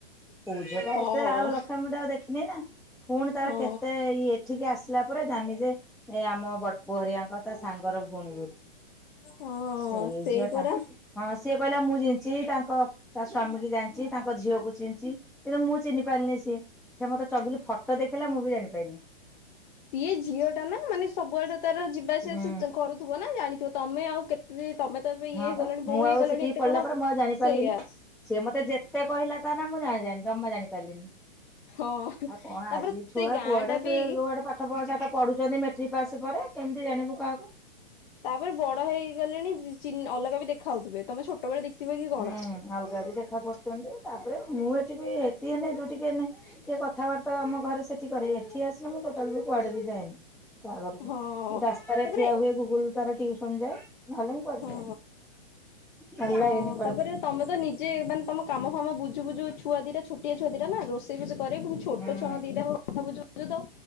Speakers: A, in the centre; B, on the left.
A: ପଝଟା
B: ହଁ
A: ଏତେ ଆଉ ଲକ୍ଷ ମୁଁ ତାକୁ ଦେଖିନି ନା ପୁଣି ତାର
B: ହଁ
A: କେତେ ଇଏ? ଠିକି ଆସିଲା ପରେ ଜାନି ଯେ ଏ ଆମ ବଡ ପୋହରିଆଙ୍କ ତା ସାଙ୍ଗର ଭଉଣି ବୋଲି
B: ହଁ
A: ଏଇଝିଅ
B: ସେଇ ପରା
A: ଟା ହଁ ସିଏ କହିଲା ମୁଁ ଜିଛି ତା ତା ତା ସ୍ଵାମୀ କି ଜାଣିଛିି ତାଙ୍କ ଝିଅକୁ ଚିହ୍ନିଚି କିନ୍ତୁ ମୁଁ ଚିହ୍ନି ପାରିନି ସିଏ। ସେ ମତେ ଚଗିଲି ଫଟୋ ଦେଖିଲା ମୁଁ ବି ଜାଣି ପାରିଲିନି।
B: ସିଏ ଝିଅ ଟା ନା ମାନେ ସବୁଆଡେ ତାର ଯିବା ଆସିବା
A: ହୁଁ
B: କରୁ ଥ ନା ଜାଣିଥିବ ତମେ ଆଉ କେତେ ତମେ ତ ଏବେ ଇଏ
A: ହଁ
B: ହେଇଗଲାଣି
A: ବା ମୁଁ
B: ବୋଉ ହେଇଗଲାଣି
A: ଆଉ ସେଠିକି
B: ଏତେ
A: ପଳେଇଲା
B: କଣ
A: ପରେ ମୁଁ ଆଉ ଜାଣିପାରିଲିନି।
B: ସେଇୟା।
A: ସିଏ ମତେ ଯେତେ କହିଲା ତା ନା ମୁଁ ଜାଣିଣି ଜମା ଜାଣି ପାରିଲିନି।
B: ହଁ
A: ଆଉ କଣ
B: ତାପରେ
A: ଆଜି ଛୁଆ
B: ସେଇ ଗାଁ
A: କୁଆଡେ
B: ଟା ବି
A: କି କୁଆଡେ ପାଖ ପାଠ ପସାଠ ପଢ଼ୁଛନ୍ତି ମେଟ୍ରିକ୍ ପାସ୍ ପରେ କେମିତି ଜାଣିବୁ କାହାକୁ
B: ତାପରେ ବଡ ହେଇଗଲେଣି ଅଲଗା ବି ଦେଖା ହଉଥିବେ ତମେ ଛୋଟ ବେଳେ ଦେଖିଥିବ କି କଣ?
A: ହୁଁ ଅଲଗା ବି ଦେଖା ପଡୁଛନ୍ତି ତାପରେ ମୁଁ ଏଠି ବି ଏଠି ଏନେ ଯୋଉଠିକନେ ଟିକେ କଥାବାର୍ତ୍ତା ଆମ ଘରେ ସେଠି କରେ ଏଠି ଆସିଲେ ମୁଁ ଟୋଟାଲ ବି କୁଆେ ବି ଯଏନି। କହାଘରକୁ
B: ହଁ
A: ରାସ୍ତାରେ
B: ତାପରେ
A: ଠିଆ ହୁଏ ଗୁଗୁଲ ତାର ଟିଉସନ ଯାଏ ନହେଲେ ପଦେ
B: ହଁ
A: ଭଲାଗନି।
B: ହଁ ତାପରେ ତମେ ତ ନିଜେ ମାନେମ କାମ ଫାମ ବୁଝୁଝୁ ଛୁଆ ଦିଟ ଛୋଆ ଛୁଆ ଦିଟ ନା ରୋେଇ ରୋଷ କରରେ ପୁ ଛୋଟ
A: ହୁଁ
B: ଛୁଆ ଦିଟା କଥା ବୁଝୁୁଛୁ ତ